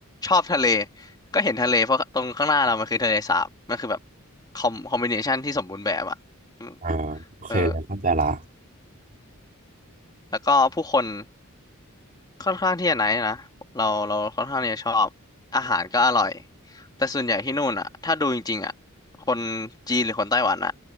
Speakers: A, on the left (about 20°); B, on the right (about 40°).
A: ชอบทะเลก็เห็นทะเลเพราะตรงข้างหน้าเรามันคือทะเลสาบมันคือแบบคอมคอมบิเนชันที่สมบูรณ์แบบอ่ะอืม
B: อ่าโอเคเลยเข้าใจละ
A: เออแล้วก็ผู้คน ค่อนข้างที่จะไหนท์นะเราเราค่อนข้างที่จะชอบอาหารก็อร่อยแต่ส่วนใหญ่ที่นู่นอ่ะถ้าดูจริงๆอ่ะคนจีนหรือคนไต้หวันอ่ะ